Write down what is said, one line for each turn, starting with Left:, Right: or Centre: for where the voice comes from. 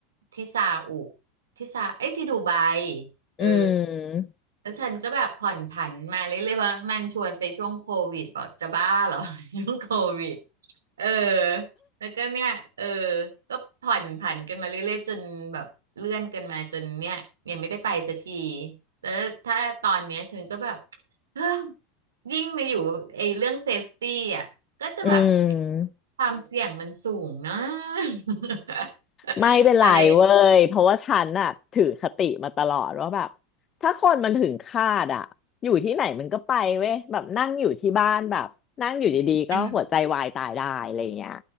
Right: ที่ซาอุที่ซาเอ้ยที่ดูไบ
Left: อืม
Right: เออแล้วฉันก็แบบผ่อนผันมาเรื่อยๆเพราะมันชวนไปช่วงโควิดบอกจะบ้าเหรอ <laughs> ช่วงโควิดเออแล้วก็เนี่ยเออก็ผ่อนผันกันมาเรื่อยๆจนแบบเลื่อนกันมาจนเนี่ยยังไม่ได้ไปสักทีแล้วถ้าตอนเนี้ยฉันก็แบบ <gasps> <tsk> ฮยิ่งมาอยู่ไอ้เรื่องเซฟตี้อ่ะ ก็จะแบบ
Left: อืม
Right: ความเสี่ยงมันสูงนะ <laughs>
Left: ไม่เป็นไรเว้ยเพราะว่าฉันน่ะถือคติมาตลอดว่าแบบ
Right: อะไร
Left: ถ้าคนมันถึงคาดอ่ะอยู่ที่ไหนมันก็ไปเว้ยแบบนั่งอยู่ที่บ้านแบบนั่งอยู่ดีๆก็หัวใจวายตายได้อะไรอย่างเงี้ย
Right: อัน